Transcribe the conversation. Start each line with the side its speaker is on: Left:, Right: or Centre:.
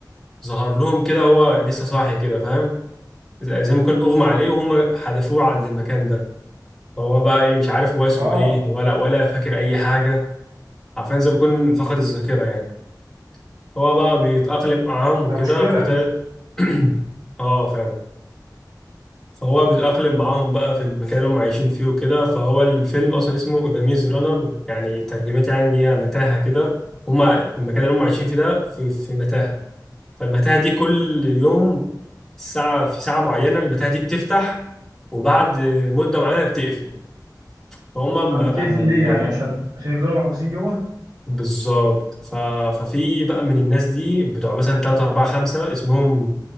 Centre: ظهر لهم كده هو لسه صاحي كده فاهم زي زي ما كان اغمى عليه وهم حدفوه عند المكان ده فهو بقى إيه، مش عارف هو اسمه
Right: اه
Centre: ايه ولا ولا فاكر اي حاجه عارفين زي ما يكون فقد الذاكره يعني هو بقى بيتاقلم معاهم وكده
Right: ده مشكلة
Centre: فطلع
Right: دي
Centre: <clears throat> اه فعلا فهو بيتاقلم معاهم بقى في المكان اللي هم عايشين فيه وكده فهو الفيلم اصلا اسمه ذا ميز رانر يعني ترجمتها يعني ان هي متاهه كده هم المكان اللي هم عايشين فيه ده في في متاهه فالمتاهة دي كل يوم ساعة في ساعة معينة المتاهة دي بتفتح وبعد مدة معينة بتقفل فهم أما
Right: طب بتقفل
Centre: أما ال-
Right: ليه يعني عشان عشان يفضلوا محبوسين جوه
Centre: بالظبط ف- ففي بقى من الناس دي بتوع مثلا 3 4 5 اسمهم